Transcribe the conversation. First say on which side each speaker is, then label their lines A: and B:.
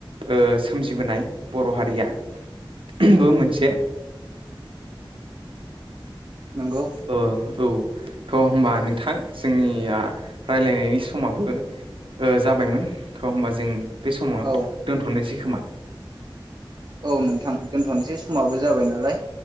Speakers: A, on the right; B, on the right.
A: ओ सोमजिबोनाय बर' हारियाबो मोनसे
B: नोंगौ
A: ओ औ थ' होमबा नोंथां जोंनिया रायलायनायनि समाबो ओ जाबायमोन थ होमबा जों बे समाव
B: औ
A: दोनथ'नायसै खोमा
B: औ नोंथां दोनथ'नोसै समाबो जाबायनालाय